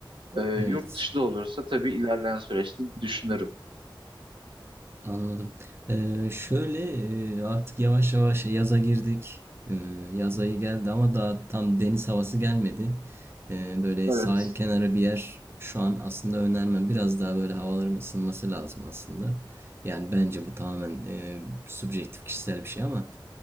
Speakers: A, on the right; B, on the right.
A: e, yurt
B: Evet,
A: dışı da olursa tabii ilerleyen süreçte düşünürüm.
B: anladım. Ee, şöyle e, artık yavaş yavaş yaza girdik. Ee, yaz ayı geldi ama daha tam deniz havası gelmedi. Ee, böyle
A: Evet,
B: sahil kenarı bir yer şu an aslında önermem. Biraz daha böyle havaların ısınması lazım aslında. Yani bence bu tamamen e, subjektif kişisel bir şey ama